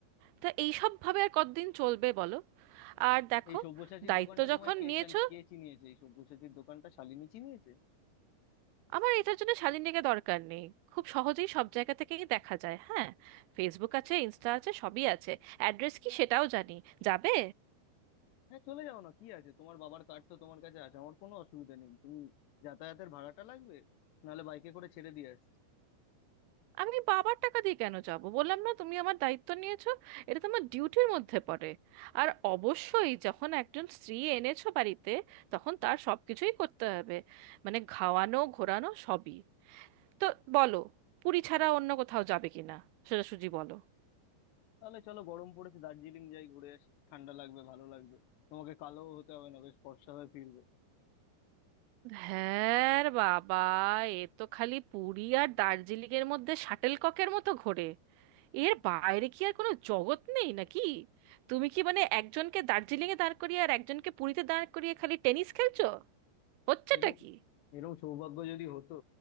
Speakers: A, on the right; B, on the left.
A: তো এইসব ভাবে আর কতদিন চলবে বলো আর দেখো
B: এই সব্যসাচীর
A: দায়িত্ব
B: দোকানটা
A: যখন
B: তোমায় কে
A: নিয়েছো
B: চান কে চিনিয়েছে এই সব্যসাচীর দোকানটা শালিনী চিনিয়েছে
A: আমার এটার জন্য শালীনদিকে দরকার নেই খুব সহজেই সব জায়গা থেকেই দেখা যায় হ্যাঁ ফেসবুক আছে ইনস্টা আছে সবই আছে অ্যাড্রেস কি সেটাও জানি যাবে
B: হ্যাঁ চলে যাও না কি আছে তোমার বাবার কার্ড তো তোমার কাছে আছে আমার কোনো অসুবিধা নেই তুমি যাতায়াতের ভাড়াটা লাগবে নাহলে বাইকে করে ছেড়ে দিয়ে আসছি
A: আমি বাবার টাকা দিয়ে কেন যাব বললাম না তুমি আমার দায়িত্ব নিয়েছো এটা তোমার ডিউটির মধ্যে পড়ে আর অবশ্যই যখন একজন স্ত্রী এনেছো বাড়িতে তখন তার সব কিছুই করতে হবে মানে খাওয়ানো ঘোরানো সবই তো বলো পুরী ছাড়া অন্য কোথাও যাবে কিনা সোজাসুজি বলো
B: তাহলে চলো গরম পড়েছে দার্জিলিং যাই ঘুরে আসি ঠান্ডা লাগবে ভালো লাগবে তোমাকে কালো হতে হবে না বেশ ফর্সা হয়ে ফিরবে
A: হ্যাঁ রে বাবা এ তো খালি পুরী আর দার্জিলিং এর মধ্যে শাটেলককের মতো ঘোরে এর বাইরে কি আর কোনো জগৎ নেই নাকি তুমি কি মানে একজনকে দার্জিলিং এ দাঁড় করিয়ে আর একজনকে পুরীতে দাঁড় করিয়ে খালি টেনিস খেলছো হচ্ছেটা
B: এরকম
A: কি
B: এরকম সৌভাগ্য যদি হতো